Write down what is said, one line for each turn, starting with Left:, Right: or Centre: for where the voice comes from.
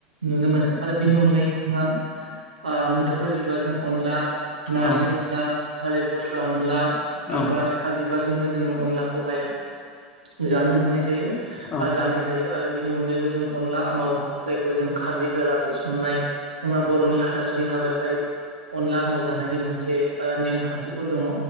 Right: नुनो मोनो आरो बेनि अनगायैबो जोंहा आ मुदुफुल बिबारजों अनला नारजि
Left: औ
Right: अनला थालिर फस्ला अनला
Left: औ
Right: आरो
Left: औ
Right: बारसिखा बि बिबार जोंबो जोङो अनलाखौहाय जानो मोननाय जायो
Left: औ
Right: आरो जानाय जायो आरो बेनि अनगायैबो जों अनला आमाव जायखौ जों खारदै होआलासे संनाय जोंहा बर'नि हाथासुनि हाबायावहाय अनला आमाव जानायनि मोनसे ओ नेमखानथिफोर दङ